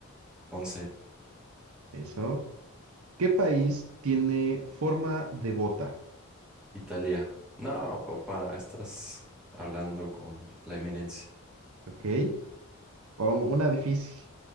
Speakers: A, in the centre; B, on the right.
A: once,
B: Eso. ¿Qué país tiene forma de bota?
A: Italia. No, papá, estás hablando con la eminencia.
B: ¿Ok? O- Una difícil.